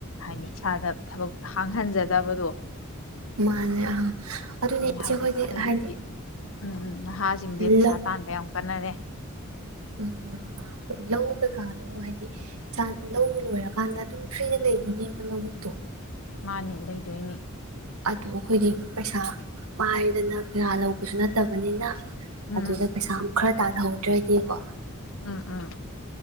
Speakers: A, on the left (about 65°); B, on the right (about 80°).
A: ꯍꯥꯏꯗꯤ ꯏꯁꯥꯗ ꯊꯕꯛ ꯈꯥꯡꯍꯟꯖꯗꯕꯗꯣ
B: ꯃꯥꯅꯦ ꯑꯥ ꯑꯗꯨꯅꯦ ꯏꯆꯦ
A: ꯍꯥꯏꯗꯤ
B: ꯑꯩꯈꯣꯏꯗꯤ
A: ꯍꯧꯖꯤꯛꯇꯤ
B: ꯍꯥꯏꯗꯤ
A: ꯎꯝ ꯎꯝ ꯅꯍꯥꯁꯤꯡꯁꯦ
B: <unintelligible>
A: ꯄꯩꯁꯥ ꯇꯥꯟꯕ ꯌꯥꯝ ꯀꯟꯅꯔꯦ
B: ꯎꯝ ꯍꯣꯏ ꯂꯧ ꯀꯩꯀꯥꯅꯣ ꯍꯥꯏꯗꯤ ꯂꯧꯅ ꯂꯣꯏꯔꯀꯥꯟꯗ ꯑꯗꯨꯝ ꯐ꯭ꯔꯤꯅ ꯂꯩꯗꯣꯏꯅꯦꯕ ꯂꯧꯕꯨꯛꯇꯣ
A: ꯃꯥꯅꯤ ꯂꯩꯗꯣꯏꯅꯤ
B: ꯑꯗꯨꯣ ꯑꯩꯈꯣꯏꯗꯤ ꯄꯩꯁꯥ ꯄꯥꯏꯗꯅ ꯀꯌꯥ ꯂꯧꯕꯁꯨ ꯅꯠꯇꯕꯅꯤꯅ
A: ꯎꯝ
B: ꯑꯗꯨꯗ ꯄꯩꯁꯥ ꯈꯔ ꯇꯥꯜꯍꯧꯗ꯭ꯔꯗꯤꯀꯣ
A: ꯎꯝ ꯎꯝ